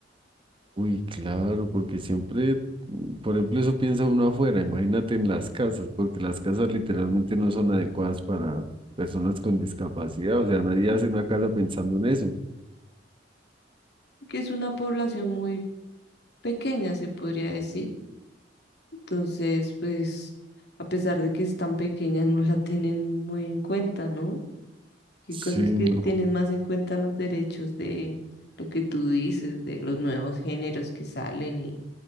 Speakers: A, on the right; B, on the left.
A: Uy, claro, porque siempre, mm, por ejemplo, eso piensa uno afuera, imagínate en las casas, porque las casas literalmente no son adecuadas para personas con discapacidad, o sea, nadie hace una casa pensando en eso.
B: que es una población muy pequeña, se podría decir. Entonces, pues, a pesar de que es tan pequeña, <laughs> no la tienen muy en cuenta, ¿no? Que
A: Sí,
B: cosas
A: no.
B: que tienen más en cuenta los derechos de lo que tú dices, de los nuevos géneros que salen y